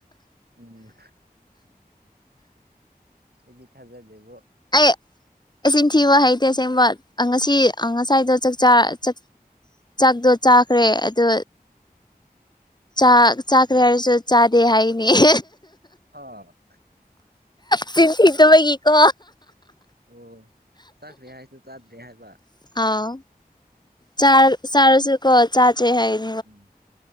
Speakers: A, on the right; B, on the left.
A: ꯎꯝ ꯑꯩꯗꯤ ꯊꯥꯖꯗꯦꯕꯣ
B: ꯑꯩ ꯏꯆꯤꯟ ꯊꯤꯕ ꯍꯩꯇꯦ ꯑꯁꯦꯡꯕ ꯑꯥ ꯉꯁꯤ ꯑꯥ ꯉꯁꯥꯏꯗꯣ ꯆꯥꯛꯆꯥꯔ ꯆꯠ ꯆꯥꯛꯗꯣ ꯆꯥꯈ꯭ꯔꯦ ꯑꯗꯣ ꯆꯥ ꯆꯥꯈ꯭ꯔꯦ
A: ꯎꯝ
B: ꯍꯥꯏꯔꯁꯨ ꯆꯥꯗꯦ ꯍꯥꯏꯒꯅꯤ <unintelligible>
A: ꯍꯥ
B: ꯆꯤꯟ ꯊꯤꯗꯕꯒꯤ ꯀꯣ
A: ꯑꯣ ꯆꯈ꯭ꯔꯦ ꯍꯥꯏꯗꯣ ꯆꯥꯗ꯭ꯔꯦ ꯍꯥꯏꯕ
B: ꯑꯥꯎ ꯆꯥ
A: ꯑꯣ
B: ꯆꯥꯔꯁꯨꯀꯣ ꯆꯥꯗ꯭ꯔꯦ ꯍꯥꯏꯌꯦ
A: ꯎꯝ